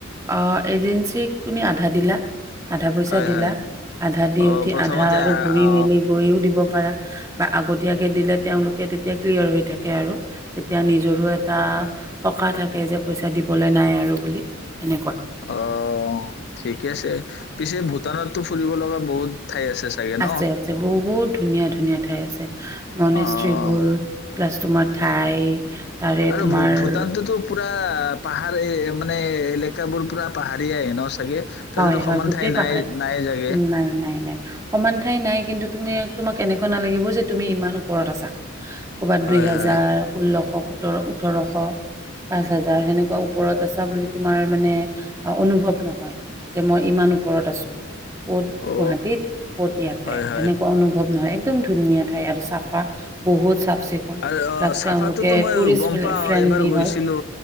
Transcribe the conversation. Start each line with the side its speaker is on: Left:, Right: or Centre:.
Right: অ এজেঞ্চিক তুমি আধা দিলা আধা পইচা
Left: হয়
Right: দিলা
Left: হয়
Right: আধা দি
Left: অ
Right: উঠি
Left: প্ৰথমতে
Right: আধা আৰু
Left: আ
Right: ঘূৰি
Left: অ
Right: মেলি গৈও দিব পাৰা বা আগতীয়াকে দিলে তেওঁলোকে তেতিয়া ক্লিয়াৰ হৈ থাকে আৰু এতিয়া নিজৰো এটা সকাহ থাকে যে পইচা দিবলৈ নাই আৰু বুলি সেনেকুৱা
Left: অ', ঠিকে আছে। পিছে ভূটানতটো ফুৰিব লগা বহুত ঠাই আছে চাগে
Right: আছে
Left: ন
Right: আছে বহুত ধুনীয়া ধুনীয়া ঠাই আছে মনেস্ত্ৰীবোৰ
Left: অ
Right: প্লাছ তোমাৰ ঠাই তাৰে
Left: আৰু
Right: তোমাৰ
Left: ভূ ভূটানটোতো পুৰা পাহাৰ মানে এ এলেকাবোৰ পুৰা পাহাৰিয় ন থাকে
Right: হয়,
Left: তাতেতো
Right: হয়,
Left: সমান
Right: গোটেই
Left: ঠাই নাই
Right: পাহাৰ।
Left: নাই জাগে
Right: নাই, নাই, নাই সমান ঠাই নাই কিন্তু তুমি তোমাক এনেকুৱা নালাগিব যে তুমি ইমান ওপৰত আছা উ ক'ৰবাত
Left: হয়
Right: দুই হোজাৰ
Left: হয়
Right: ষোল্লশক সোতৰ ওঠৰশ, পাঁচ হাজাৰ হেনেকুৱা ওপৰত আছা বুলি তোমাৰ মানে অ', অনুভৱ নহয়। যে মই ইমান ওপৰত আছোঁ। ক'ত
Left: অ
Right: গুৱাহাটীত ক'ত ইয়াতে
Left: হয় হয়
Right: এনেকুৱা অনুভৱ নহয় একদম ধুনীয়া ঠাই আৰু চাফা বহুত চাফ। চিকুণ
Left: আৰু
Right: প্লাছ
Left: অ চাফাতোটো
Right: তেওঁলোকে
Left: মইও
Right: টুৰিষ্ট
Left: গম পাও
Right: ফ্ৰেণ্ডলি
Left: এবাৰ গৈছিলো,
Right: হয়।